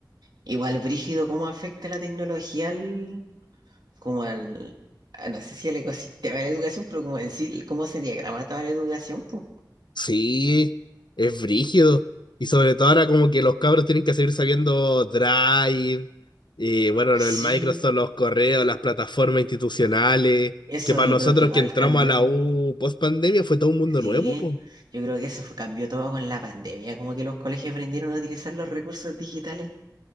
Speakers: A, on the right (about 65°); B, on the left (about 80°).
A: Igual brígido cómo afecta la tecnología al, como al, a- no sé si al ecosistema de la educación, pero como en sí, cómo se diagrama toda la educación, pues.
B: Sí, es brígido. Y sobre todo ahora como que los cabros tienen que seguir sabiendo Drive, y bueno, el
A: Sí,
B: Microsoft, los correos, las plataformas institucionales,
A: Eso
B: que para
A: yo
B: nosotros
A: creo que igual
B: que entramos
A: cambió.
B: a la U post pandemia fue todo un mundo
A: Sí,
B: nuevo, pues.
A: yo creo que eso fue- cambió todo con la pandemia, como que los colegios aprendieron a utilizar los recursos digitales,